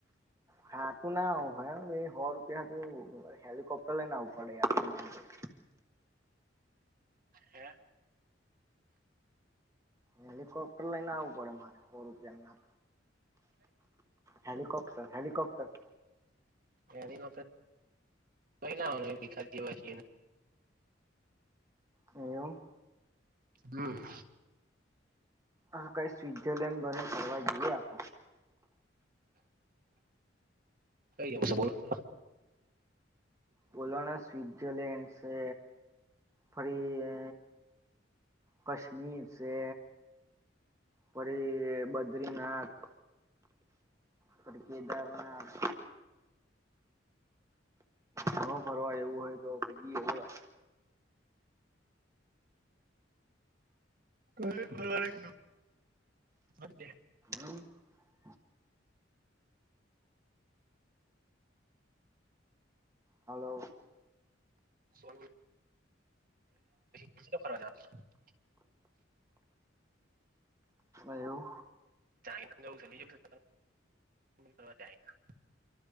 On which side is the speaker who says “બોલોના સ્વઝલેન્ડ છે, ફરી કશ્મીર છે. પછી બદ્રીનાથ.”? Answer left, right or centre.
Right